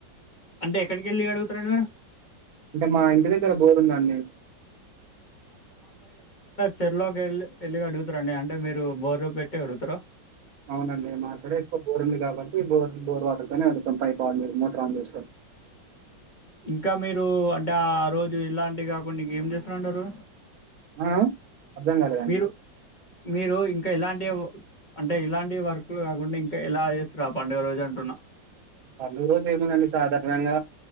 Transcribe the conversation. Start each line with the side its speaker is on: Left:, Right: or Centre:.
Left: అంటే ఎక్కడికి వెళ్ళి కడుగుతారండి మీరు
Right: అంటే మా ఇంటి దగ్గర బోరు ఉందండి
Left: చెరు లోకి వెళ్ళి వెళ్ళి కడుగుతారా అండి అంటే మీరు బోరు పెట్టి కడుగుతారా
Right: అవునండి మా సైడే ఎక్కువ బోర్ంది కాబట్టి బోర్ బోర్ వాటర్తోనే కడుగుతాం పైప్ అన్ మోటర్ ఆన్ చేసుకోని
Left: ఇంకా మీరు అంటే ఆ రోజు ఇలాంటివి కాకుండా ఇంకా ఏం చేస్తా ఉంటారు
Right: ఆ! ఆ! అర్థం కాలేదండి.
Left: మీరు మీరు ఇంకా ఇలాంటివే అంటే ఇలాంటి వర్క్లు కాకుండా ఇంకా ఎలా చేస్తుంటారు ఆ పండుగా రోజు అంటున్నా
Right: పండుగ రోజు ఏముందండి సాధారణంగా